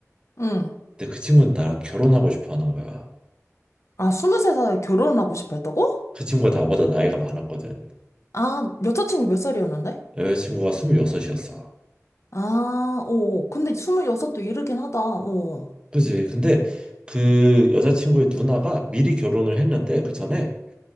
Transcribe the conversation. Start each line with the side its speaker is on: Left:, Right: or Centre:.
Left: 응.
Right: 근데 그 친구는 나랑 결혼하고 싶어 하는 거야.
Left: 아, 23살에 결혼하고 싶어 했다고?
Right: 그 친구가 나보다 나이가 많았거든.
Left: 아, 여자친구 몇 살이었는데?
Right: 여자친구가 26이었어.
Left: 아, 어. 근데 26도 이르긴 하다. 어.
Right: 그지? 근데 그 여자친구의 누나가 미리 결혼을 했는데 그 전에